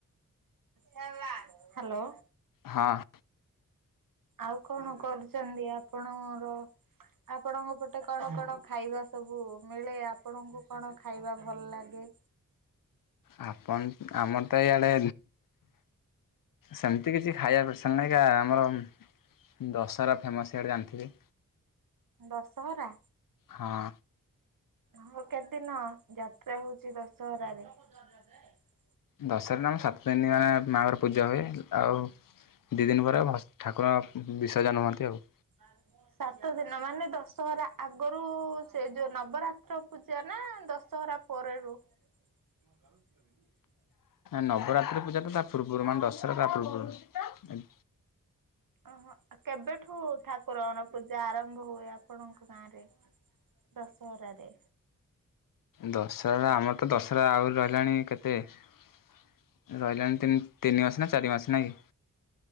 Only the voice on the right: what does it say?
ହ୍ୟାଲୋ।
ଆଉ କଣ କରୁଛନ୍ତି ଆପଣ ର? ଆପଣଙ୍କ ପଟେ କଣ କଣ ଖାଇବା ସବୁ ମିଳେ ଆପଣଙ୍କୁ କଣ ଖାଇବା ଭଲ ଲାଗେ?
ଦଶହରା?
ହଁ କେତେଦିନ ଯାତ୍ରା ହଉଛି ଦଶହରାରେ? ଦର <inaudible>
ହ <unintelligible> ସାତ ଦିନ ମାନେ ଦଶହରା ଆଗରୁ ସେ ଯୋଉ ନବରାତ୍ର ପୂଜା ନା ଦଶହରା ପରେ ହଉ <unintelligible>
ଓହୋ କେବେଠୁ ଠାକୁରଙ୍କର ପୂଜା ଆରମ୍ଭ ହୁଏ ଆପଣଙ୍କ ଗାଁ ରେ? ଦଶହରାରେ?